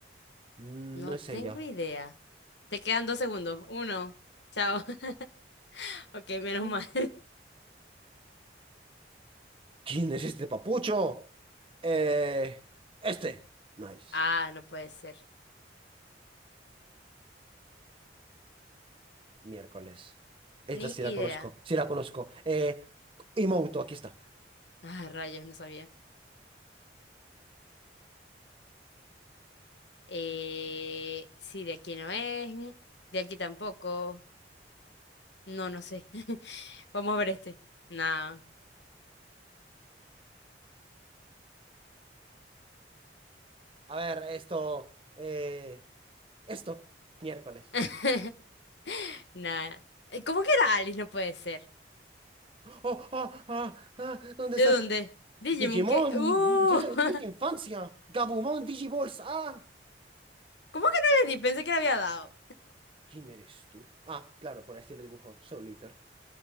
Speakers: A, on the right; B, on the left.
A: Mm,
B: No
A: No es
B: tengo
A: ella.
B: idea. Te quedan dos segundos. Uno. Chao. <laughs> Ok, menos
A: Mm.
B: mal.
A: ¿Quién es este papucho? Eh, este. Nice.
B: Ah, no puede ser.
A: Miércoles. Esta
B: Ni
A: sí
B: idea.
A: la conozco. Sí la conozco. Eh, Imouto, aquí está.
B: Ah, rayos, no sabía. Eh, sí, de aquí no es. De aquí tampoco. No, no sé. <laughs> Vamos a ver este. Nah.
A: A ver, esto. eh, esto. Miércoles.
B: <laughs> nada. Eh, ¿Cómo que era Alice? No puede ser.
A: ¡Ah, ah, ah, ah! ¿Dónde
B: ¿De
A: está
B: dónde? Digimon,
A: Digimon,
B: ¿qué? ¡Uh!
A: muchacha, no
B: <laughs>
A: tuviste
B: ¿Cómo
A: infancia. Gabumon, Digiballs, ah.
B: que no le di? Pensé que le había dado.
A: ¿Quién eres tú? Ah, claro, por este le dibujo. Soul Eater.